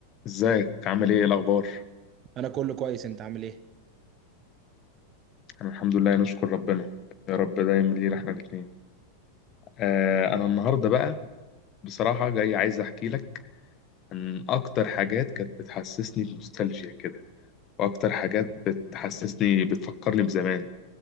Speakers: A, on the left; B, on the right.
A: ازيك عامل ايه إيه الاخبار
B: انا كله كويس انت عامل ايه
A: انا الحمد لله نشكر ربنا يا رب دايما لينا احنا الاثنين آه انا النهارده بقى بصراحه جاي عايز احكي لك عن اكتر حاجات كانت بتحسسني بنوستالجيا كده واكتر حاجات بتحسسني بتفكرني بزمان